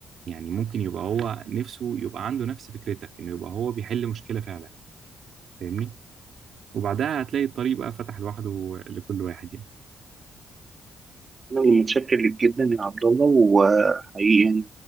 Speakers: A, on the right; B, on the right.
A: يعني ممكن يبقى هو نفسه يبقى عنده نفس فكرتك إنه يبقى هو بيحل مشكلة فعلا فاهمني وبعدها هتلاقي الطريق بقى فتح لوحده لكل واحد يعني
B: أنا متشكر ليك جدا يا عبد الله وحقيقي يعني